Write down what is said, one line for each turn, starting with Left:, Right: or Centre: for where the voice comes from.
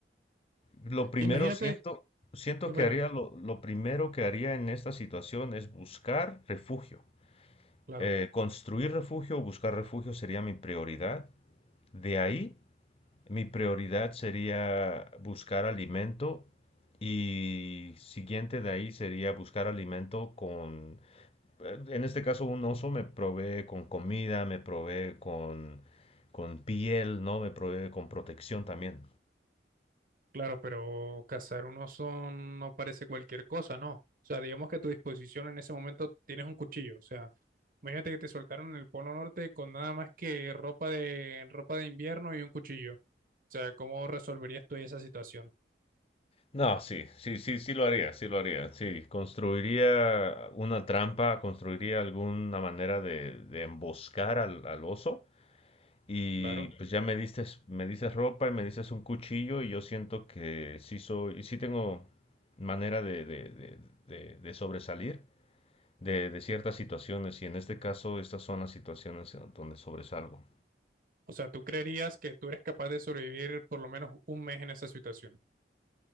Left: lo primero
Right: Imagínate,
Left: siento, siento
Right: bueno,
Left: que haría lo, lo primero que haría en esta situación es buscar refugio.
Right: claro.
Left: Eh, construir refugio o buscar refugio sería mi prioridad. De ahí, mi prioridad sería buscar alimento y siguiente de ahí sería buscar alimento con En este caso, un oso me provee con comida, me provee con, con piel, ¿no? Me provee con protección también.
Right: Claro, pero cazar un oso no parece cualquier cosa, ¿no? O sea, digamos que a tu disposición en ese momento tienes un cuchillo. O sea, imagínate que te soltaron en el Polo Norte con nada más que ropa de, ropa de invierno y un cuchillo. O sea, ¿cómo resolverías tú esa situación?
Left: No, sí, sí, sí, sí lo haría, sí lo haría, sí. Construiría una trampa, construiría alguna manera de, de emboscar al, al oso. Y
Right: Claro.
Left: pues ya me diste, me dices ropa y me dices un cuchillo y yo siento que sí soy, sí tengo manera de, de, de, de- de sobresalir. de, de ciertas situaciones y en este caso estas son las situaciones donde sobresalgo.
Right: O sea, tú creerías que tú eres capaz de sobrevivir por lo menos un mes en esa situación.